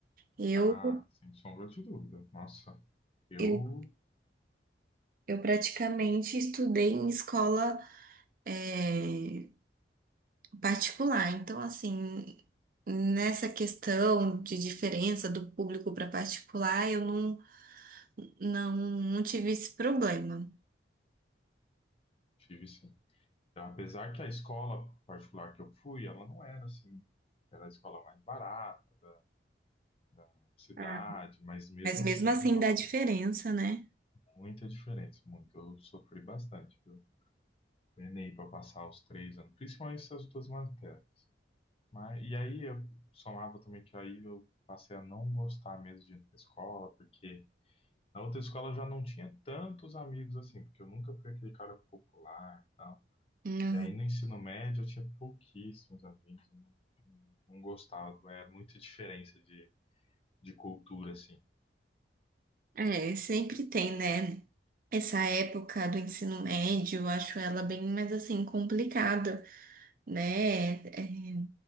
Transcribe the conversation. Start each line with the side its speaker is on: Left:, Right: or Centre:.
Right: Eu,
Left: Ah, sem sombra de dúvida. Nossa, eu
Right: eu, eu praticamente estudei em escola, é, particular. Então, assim, nessa questão de diferença do público para particular, eu não, não, não tive esse problema.
Left: tive sim. Então, apesar que a escola particular que eu fui, ela não era assim, era a escola mais barata da, da cidade,
Right: Ah,
Left: mas mesmo
Right: Mas
Left: assim,
Right: mesmo assim
Left: nossa,
Right: dá diferença, né?
Left: muita diferença, muito. Eu sofri bastante, viu? penei para passar os três anos, principalmente essas duas matérias. Mas, e aí eu somava também que aí eu passei a não gostar mesmo de ir pra escola, porque na outra escola eu já não tinha tantos amigos assim, porque eu nunca fui aquele cara popular e tal.
Right: uhum.
Left: E aí no ensino médio eu tinha pouquíssimos amigos, eu não, não, não gostava, era muita diferença de, de cultura assim.
Right: É, sempre tem, né? Essa época do ensino médio, eu acho ela bem mais assim complicada, né? É,